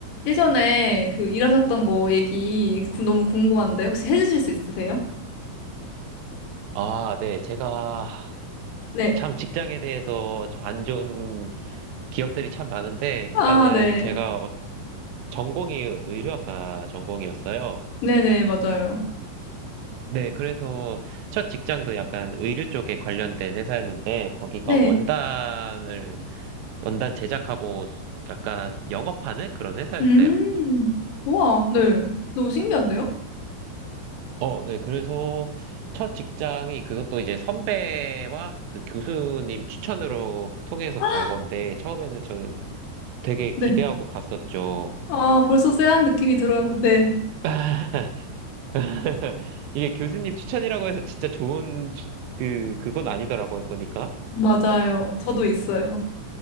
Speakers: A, on the left (about 75°); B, on the right (about 80°).
A: 예전에 그 일하셨던 거 얘기 구- 너무 궁금한데 혹시 해주실 수 있으세요?
B: 아, 네. 제가
A: 네.
B: 참 직장에 대해서 좀안 좋은 기억들이 참 많은데,
A: 아,
B: 일단은
A: 네.
B: 제가 어- 전공이 의료학과 전공이었어요.
A: 네네, 맞아요.
B: 네, 그래서 첫 직장도 약간 의료 쪽에 관련된 회사였는데, 거기가
A: 네.
B: 원단을, 원단 제작하고 수- 약간 영업하는 그런 회사였어요.
A: 음, 우와, 네. 너무 신기한데요?
B: 어, 네, 그래서 첫 직장이 그것도 이제 선배와 그 교수님 추천으로 통해서
A: <gasps>
B: 간 건데, 처음에는 저는 되게 기대하고
A: 네.
B: 갔었죠.
A: 아, 벌써 쎄한 느낌이 들어요. 네.
B: <laughs> 음. 이게 교수님 추천이라고 해서 진짜 좋은 추- 그 그건 아니더라고요 보니까
A: 맞아요. 저도 있어요.